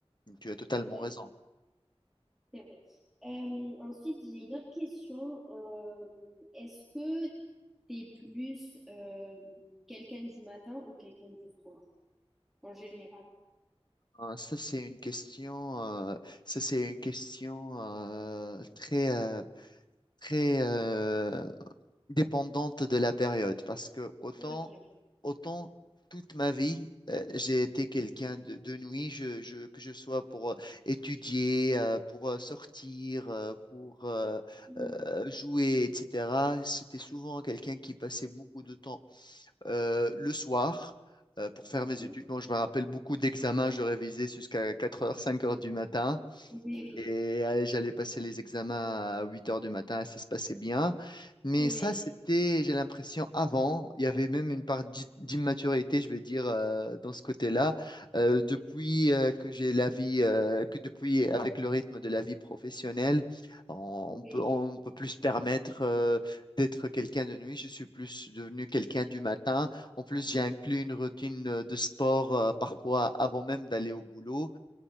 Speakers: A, on the left; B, in the centre.
A: Tu as totalement
B: c'est vrai,
A: raison.
B: c'est vrai. Euh, ensuite, j'ai une autre question. Euh, est-ce que t'es plus euh, quelqu'un du matin ou quelqu'un du soir en général?
A: Ah, Ça, c'est une question, euh, ça, c'est une question euh, très, euh, très euh, dépendante de la période parce que autant,
B: Ok.
A: autant toute ma vie, euh, j'ai été quelqu'un de, de nuit, je, je- que je sois pour euh, étudier, euh, pour euh, sortir, euh, pour euh,
B: Mhm.
A: euh, jouer, etc. C'était souvent quelqu'un qui passait beaucoup de temps euh, le soir euh, pour faire mes
B: Mhm.
A: études. Bon, je me rappelle beaucoup d'examens, je révisais jusqu'à quatre heures, cinq heures du matin.
B: Oui,
A: Et euh, j'allais passer les examens à 8 heures du matin, ça se passait bien. Mais
B: oui,
A: ça, c'était, j'ai l'impression, avant, il y avait même une part d'i- d'immaturité, je vais dire, euh, dans ce côté-là. Euh,
B: oui,
A: depuis euh, que j'ai la vie, euh, que depuis, avec le rythme de la vie professionnelle, on
B: oui,
A: peut, on peut plus se permettre euh, d'être quelqu'un de nuit. Je suis plus devenu quelqu'un du matin. En plus, j'ai
B: oui,
A: inclus une routine euh, de sport euh, parfois avant même d'aller au boulot.